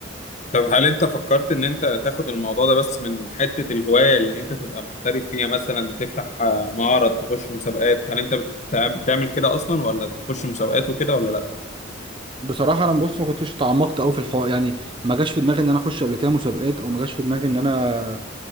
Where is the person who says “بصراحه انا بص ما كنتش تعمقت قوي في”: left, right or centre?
Right